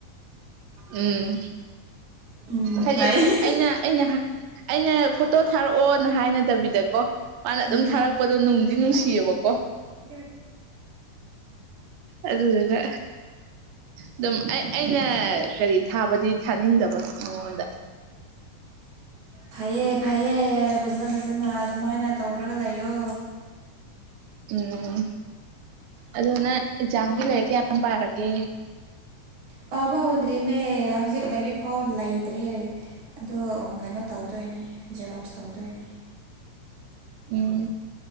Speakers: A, on the right (about 85°); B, on the right (about 45°).
A: ꯎꯝ
B: ꯎꯝ
A: ꯍꯥꯏꯗꯤ
B: ꯍꯥꯏꯌꯦ
A: ꯑꯩꯅ ꯑꯩꯅ ꯑꯩꯅ ꯐꯣꯇꯣ ꯊꯥꯔꯛꯑꯣꯅ ꯍꯥꯏꯅꯗꯕꯤꯗꯀꯣ ꯃꯥꯅ ꯑꯗꯨꯝ
B: ꯎꯝ
A: ꯊꯥꯔꯛꯄꯗꯣ ꯅꯨꯡꯗꯤ ꯅꯨꯡꯁꯤꯌꯦꯕꯀꯣ
B: ꯎꯝ
A: ꯑꯗꯨꯗꯕ ꯑꯗꯨꯝ ꯑꯩ ꯑꯩꯅ ꯀꯔꯤ ꯊꯥꯕꯗꯤ ꯊꯥꯅꯤꯡꯗꯕ ꯃꯉꯣꯟꯗ
B: ꯐꯩꯌꯦꯦ ꯐꯩꯌꯦ ꯐꯖ ꯐꯖꯅ ꯑꯗꯨꯃꯥꯏꯅ ꯇꯧꯔꯒ ꯂꯩꯌꯣ
A: ꯎꯝ ꯑꯗꯅ ꯑꯦꯖꯥꯒꯤ ꯂꯦꯇ ꯌꯥ ꯄꯔꯒꯦ
B: ꯄꯥꯕ ꯍꯧꯗ꯭ꯔꯤꯃꯦ ꯍꯧꯖꯤꯛ ꯂꯥꯏꯔꯤꯛ ꯐꯥꯎ ꯂꯩꯇ꯭ꯔꯤ ꯑꯗꯣ ꯀꯩꯅꯣ ꯇꯧꯗꯣꯏꯅꯤ ꯖꯦꯔꯣꯛꯁ ꯇꯧꯗꯣꯏꯅꯤ
A: ꯎꯝ